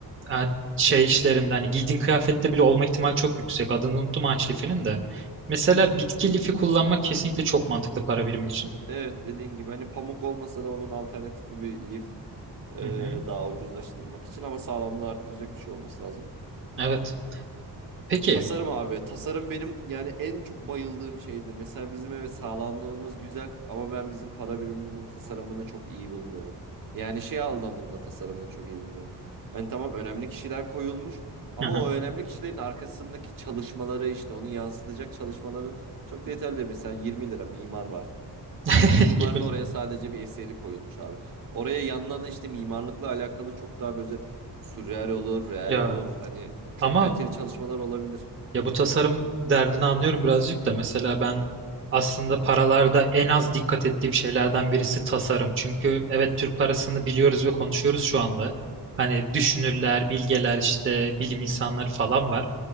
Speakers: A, on the right; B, on the right.
A: e, şey işlerinden hani giydiğin kıyafette bile olma ihtimali çok yüksek. Adını unuttum ağaç lifinin de. Mesela
B: Hı hı.
A: bitki lifi kullanmak kesinlikle çok mantıklı para birimi için.
B: Evet dediğin gibi hani pamuk olmasa da onun alternatifi bir lif e,
A: Hı hı.
B: daha ucuzlaştırmak için ama sağlamlığı arttıracak bir şey olması lazım.
A: Evet. Peki.
B: Tasarım abi. Tasarım benim yani en çok bayıldığım şeydir. Mesela bizim evet sağlamlığımız güzel ama ben bizim para biriminin tasarımını çok iyi bulmuyorum. Yani şey anlamında tasarımını çok iyi bulmuyorum. Hani tamam önemli kişiler koyulmuş ama
A: Aha.
B: o önemli kişilerin arkasındaki çalışmaları işte onu yansıtacak çalışmaların çok detaylı değil. Mesela 20 lira mimar var.
A: <laughs>
B: Mimarın
A: 20
B: oraya sadece bir eseri koyulmuş abi. Oraya yanına da işte mimarlıkla alakalı çok daha böyle sürreal olur, real
A: ya
B: olur. Hani çok
A: ama
B: kaliteli çalışmalar olabilir.
A: ya bu tasarım derdini anlıyorum birazcık da mesela ben aslında paralarda en az dikkat ettiğim şeylerden birisi tasarım. Çünkü evet Türk parasını biliyoruz ve konuşuyoruz şu anda. Hani düşünürler, bilgeler işte bilim insanları falan var.